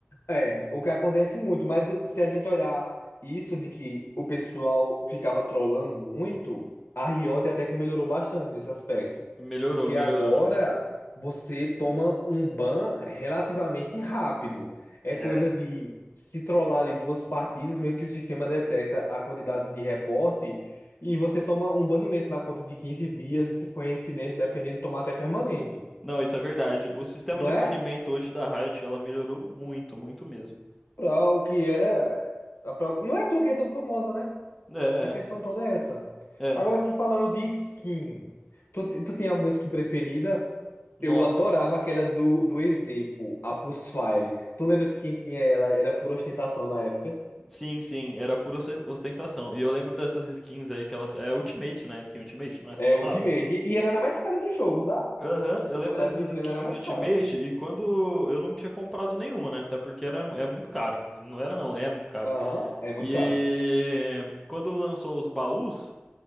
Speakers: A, on the left; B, in the centre.
A: É, o que acontece muito, mas o- se a gente olhar isso de que o pessoal ficava trollando muito, a Riot até que melhorou bastante nesse aspecto.
B: Melhorou,
A: Porque
B: melhorou.
A: agora você toma um ban relativamente rápido. É
B: É.
A: coisa de se trollar ali duas partidas, meio que o sistema detecta a quantidade de reporte e você toma um banimento na conta de 15 dias e se for reincidente, dependendo, tomar até permanente.
B: Não, isso é verdade. O sistema
A: Não
B: de
A: é?
B: banimento hoje da Riot, ela melhorou muito, muito mesmo.
A: Pra o que era. é Pra- Não é à toa que é tão famosa, né?
B: É,
A: A questão toda é essa.
B: é. é.
A: Agora que falando de skin, tu, te- tu tem alguma skin preferida?
B: Nossa.
A: Eu adorava aquela do, do Ezepo, a Pulse Fire. Tu lembra que quem tinha ela era por ostentação na época?
B: Sim, sim, era pura osten- ostentação. E eu lembro dessas skins aí que elas. É Ultimate, né? Skin Ultimate, não é assim
A: É
B: que
A: Ultimate.
B: fala?
A: E, e ela era mais cara do jogo, tá?
B: Aham, eu
A: Se
B: lembro
A: tu olhar
B: dessas
A: direitinho,
B: skins
A: ela era mais
B: Ultimate
A: cara.
B: e quando eu não tinha comprado nenhuma, né? Até porque era, é muito caro. Não era não, é muito caro.
A: Aham, é muito
B: E
A: caro.
B: quando lançou os baús,